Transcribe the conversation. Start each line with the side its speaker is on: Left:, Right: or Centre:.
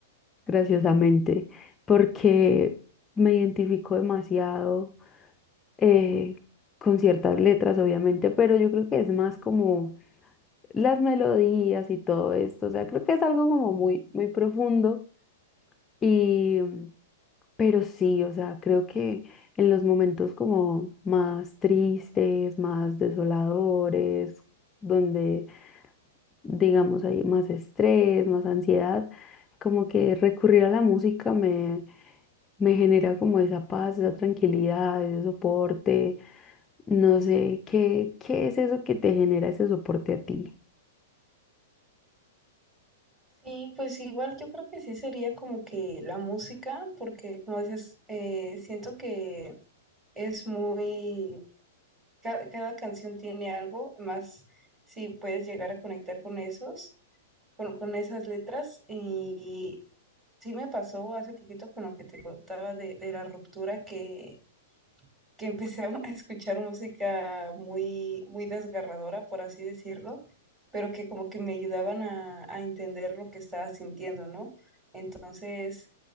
Left: graciosamente, porque me identifico demasiado eh, con ciertas letras, obviamente, pero yo creo que es más como las melodías y todo esto, o sea, creo que es algo como muy, muy profundo y pero sí, o sea, creo que en los momentos como más tristes, más desoladores, donde digamos, hay más estrés, más ansiedad, como que recurrir a la música me, me genera como esa paz, esa tranquilidad, ese soporte. No sé, ¿qué, qué es eso que te genera ese soporte a ti?
Right: Sí, pues igual yo creo que sí sería como que la música, porque como dices, eh, siento que es muy, ca- cada, canción tiene algo, más si puedes llegar a conectar con esos, con, con esas letras. Y sí me pasó hace poquito con lo que te contaba de, de la ruptura que, que empecé a <laughs> escuchar música muy, muy desgarradora, por así decirlo, pero que como que me ayudaban a, a entender lo que estaba sintiendo, ¿no? Entonces...